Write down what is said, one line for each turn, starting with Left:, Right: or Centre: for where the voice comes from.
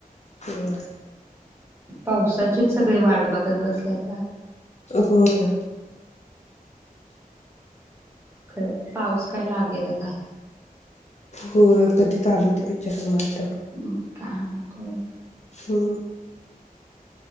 Left: होय
Right: पावसाचेच सगळे वाट बघ गप बसलयात आत
Left: होय
Right: खरं पाऊस काय लागेना झालाय.
Left: होय कधी चालु होतोय बिचारा खुनाला ठाऊक.
Right: काम आहे. हो <unintelligible>
Left: हो.